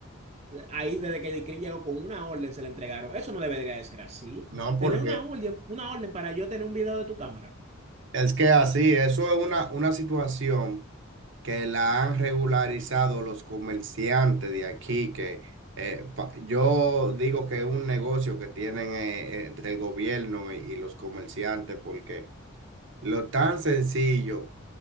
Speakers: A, on the right; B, on the right.
A: Ahí desde que Dick Green llegó con una orden se la entregaron. Eso no debería de ser así.
B: No, porque
A: Tener una orden, una orden para yo tener un video de tu cámara.
B: es que así, eso es una, una situación. que la han regularizado los comerciantes de aquí, que eh, pa- yo digo que es un negocio que tienen eh, eh, entre el gobierno y, y los comerciantes, porque lo tan sencillo